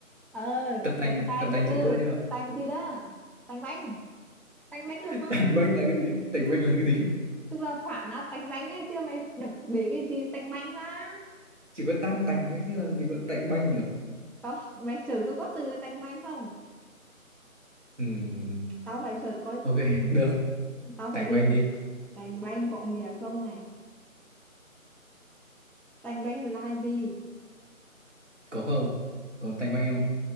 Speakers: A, in the centre; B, on the right.
A: ờ
B: tập tành
A: tập tành
B: tập tành
A: từ
B: chịu thua chưa
A: tành gì đó tành bánh tành bánh
B: <laughs>
A: được mà
B: tành banh là cái gì tành banh là cái gì
A: tức là phản á tành bánh ấy tức là mày đập bể cái gì tành bánh ra
B: chỉ có tan tành thôi chứ làm gì có tành banh nhỉ
A: tao mày search có có từ tành bánh không
B: ừ
A: tao phải search coi
B: ok
A: ừm,
B: được
A: tao
B: tành
A: phải tìm
B: banh đi
A: tành bánh có nghĩa không này tành bánh là gì
B: Có không? Có tanh banh không?